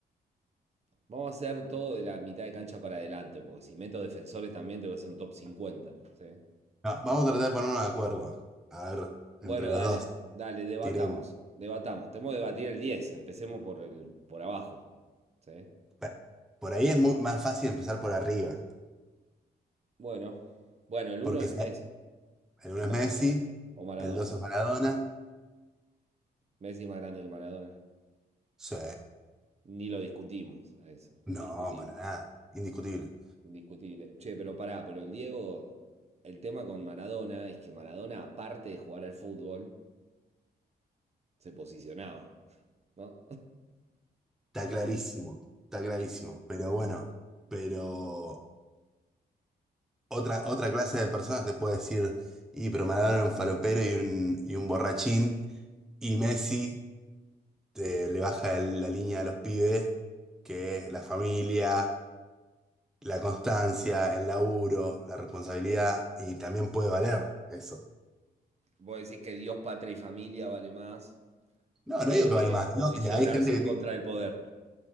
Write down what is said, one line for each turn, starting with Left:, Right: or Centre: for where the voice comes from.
Right: Vamos a hacer todo de la mitad de cancha para adelante, porque si meto defensores también te voy a hacer un top cincuenta. ¿sí?
Centre: No, vamos a tratar de ponernos de acuerdo. A ver,
Right: Bueno,
Centre: entre los
Right: dale,
Centre: dos,
Right: dale, debatamos,
Centre: tiremos.
Right: debatamos. Tenemos que debatir el 10. empecemos por el, por abajo, ¿sí?
Centre: Pa- Por ahí es mu- más fácil empezar por arriba.
Right: Bueno, bueno, el uno
Centre: Porque
Right: es
Centre: sa-
Right: Messi
Centre: el uno
Right: o
Centre: es
Right: Maradona,
Centre: Messi,
Right: o Maradona.
Centre: el dos es Maradona.
Right: Messi es más grande que Maradona.
Centre: Sí.
Right: Ni lo discutimos a eso,
Centre: No,
Right: indiscutible,
Centre: para nada. Indiscutible.
Right: indiscutible. Che, pero pará, pero el Diego, el tema con Maradona es que Maradona, aparte de jugar al fútbol, se posicionaba, ¿no?
Centre: Está clarísimo. Está clarísimo.
Right: <laughs>
Centre: Pero bueno, pero otra, otra clase de personas te puede decir, y pero Maradona era un falopero y un, y un borrachín. Y Messi eh, le baja el- la línea a los pibes que la familia, la constancia, el laburo, la responsabilidad, y también puede valer eso.
Right: Vos decís que Dios, patria y familia vale más
Centre: No, no
Right: que
Centre: digo que vale más,
Right: posicionarse
Centre: digo que hay gente que
Right: en
Centre: tiene-
Right: contra del poder.